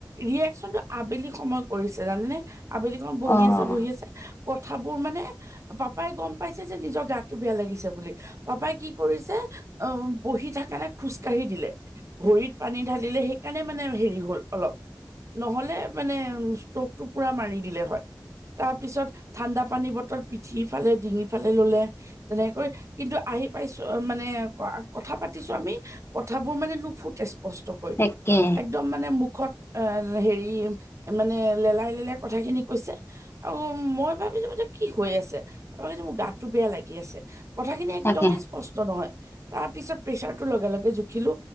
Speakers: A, on the right; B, on the left.
A: ই এক্সিলি আবেলি সময়ত ‌কৰিছে জানে আবেলি অহ বহি
B: অঁ
A: আছে বহি আছে কথাবোৰ মানে পাপাই গম পাইছে যে নিজৰ গাতটো বেয়া লাগিছে বুলি পাপাই কি কৰিছে অহ বহি থাকা নাই খোজ কাঢ়ি দিলে ভৰিত পানী ঢালিলে সেইকাৰণে মানে হেৰি হ'ল অলপ নহ'লে মানে ষ্ট্ৰকটো পোৰা মাৰি দিলে হয় তাৰ পিছত ঠাণ্ডা পানীৰ বটল পিঠি ফালে ডিঙি ফালে ললে তেনেকৈ কিন্তু আহি পাইছোঁ মানে কথা পাতিছোঁ আমি কথাবোৰ মানে নুফুটে স্পষ্টকৈ
B: তাকে
A: একদম মানে মুখত এ হেৰি মানে লেলাই লেলাই কথাখিনি কৈছে আৰু মই ভাবিলোঁ মানে কি হৈ আছে তাৰ মানে‌তো গাতটো বেয়া লাগি আছে কথাখিনি একদমেই
B: তাকে
A: ই ইস্পষ্ট নহয় তাৰ পিছত প্ৰেচাৰটো লগে লগে জোখিলো